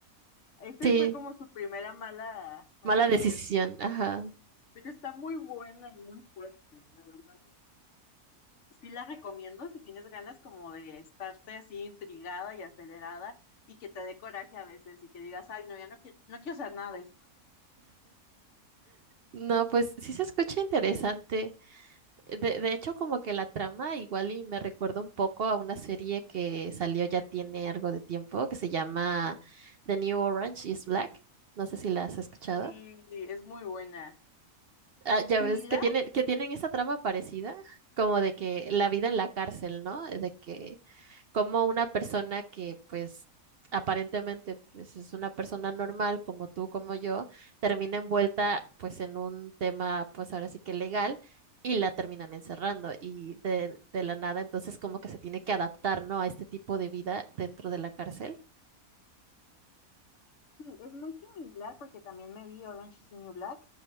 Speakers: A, on the left; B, on the right.
A: Este
B: Sí,
A: fue como su primera mala, mala
B: mala
A: lección.
B: decisión. Ajá.
A: Pero está muy buena y muy fuerte, la verdad. sí la recomiendo si tienes ganas como de estarte así intrigada y acelerada y que te dé coraje a veces y que digas, ay, no, ya no quiero, no quiero hacer nada de esto.
B: No, pues sí se escucha interesante. De, de hecho, como que la trama igual y me recuerda un poco a una serie que salió ya tiene algo de tiempo, que se llama The New Orange is Black. No sé si la has escuchado.
A: Sí, es muy buena.
B: Ah, ya
A: Similar,
B: ves que tienen, que tienen esa trama parecida, como de que la vida en la cárcel, ¿no? De que como una persona que pues aparentemente pues, es una persona normal como tú, como yo, termina envuelta pues en un tema pues ahora sí que legal y la terminan encerrando y de, de la nada entonces como que se tiene que adaptar, ¿no? A este tipo de vida dentro de la cárcel.
A: sí, es muy similar porque también me vi Orange is the New Black